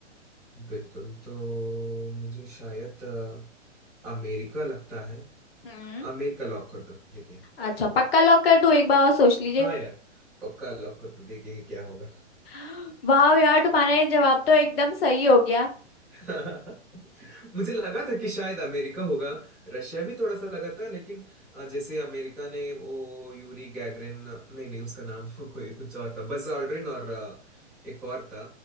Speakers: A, in the centre; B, on the left.
A: बिल्कुल तो मुझे शायद अ, अमेरिका लगता है
B: हम्म
A: अमेरिका लॉक कर दो देखेंगे
B: अच्छा पक्का लॉक कर दूं एक बार और सोच लीजिए
A: हाँ यार पक्का लॉक कर दो देखेंगे क्या होगा
B: <gasps> वाह यार तुम्हारा ये जवाब तो एकदम सही हो गया
A: <laughs> मुझे लगा था कि शायद अमेरिका होगा रशिया भी थोड़ा सा लगा था लेकिन अ, जैसे अमेरिका ने वो यूरी गैगरिन नहीं नहीं उसका नाम <laughs> कोई कुछ और था बस ऑल्ड्रिन और अ, एक और था